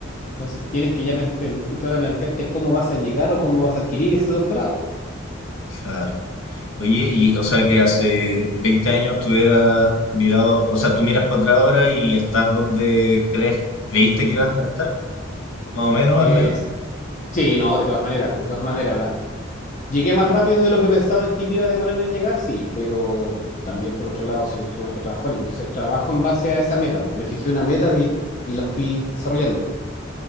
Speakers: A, on the left; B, on the left.
A: Entonces tienes que ya pen- pen- entrar a plantearte cómo vas a llegar o cómo vas a adquirir ese doctorado.
B: claro. Oye, y o sea que hace 20 años tú hubieras mirado, o sea, tú miras para atrás ahora y estás donde crees, creíste que ibas a estar, más o menos,
A: Es-
B: al menos.
A: sí, no, de todas maneras, de todas maneras. Ahora, llegué más rápido de lo que pensaba que me iba a demorar en llegar, sí, pero también por otro lado soy sumamente trabajólico. Entonces trabajo en base a esa meta. Me fijé una meta y, y la fui desarrollando.